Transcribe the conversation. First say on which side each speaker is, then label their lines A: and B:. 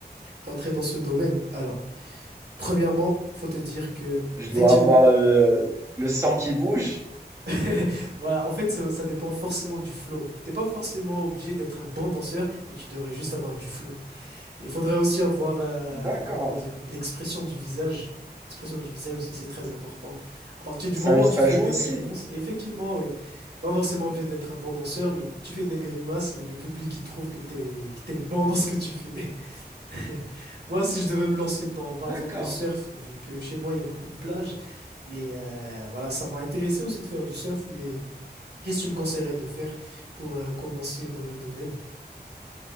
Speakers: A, on the right (about 70°); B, on the right (about 15°).
A: D'entrer dans ce domaine. Alors, premièrement, faut te dire que,
B: Je
A: effectivement,
B: dois avoir le, le sang qui bouge.
A: <laughs> voilà, en fait, ça, ça dépend forcément du flow. T'es pas forcément obligé d'être un bon danseur, mais tu devrais juste avoir du flow. Il faudrait aussi avoir, euh,
B: D'accord.
A: comment dire, l'expression du visage. L'expression du visage aussi, c'est très important. À partir du
B: Ça,
A: moment où
B: ça
A: tu fais
B: joue
A: des
B: aussi.
A: grimaces, et effectivement, oui, t'es pas forcément obligé d'être un bon danseur, mais tu fais des grimaces et le public, il trouve que t'es, que t'es bon dans ce que tu fais. <laughs> Moi, si je devais me lancer dans, par
B: D'accord.
A: exemple, le surf, vu que chez moi, il y a beaucoup de plages, mais euh, voilà, ça m'a intéressé aussi de faire du surf, mais qu'est-ce que tu me conseillerais de faire pour euh, commencer dans le domaine?